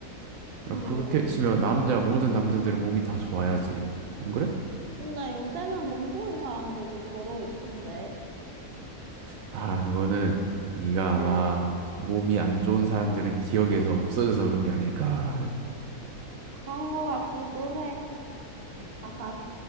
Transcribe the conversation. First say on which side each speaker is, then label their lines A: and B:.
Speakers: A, on the right (about 70°); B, on the right (about 50°).
A: 그러니까
B: 음.
A: 그렇게 치면 남자 모든 남자들은 몸이 다 좋아야지. 안 그래?
B: 근데 요새는 몸 좋은 사람들도 더러 있던데.
A: 아, 그거는 네가 아마
B: 에,
A: 몸이 안 좋은 사람들은 기억에서 없어져서 그런 게 아닐까 하는.
B: 그런 거 같기도 해. 하하.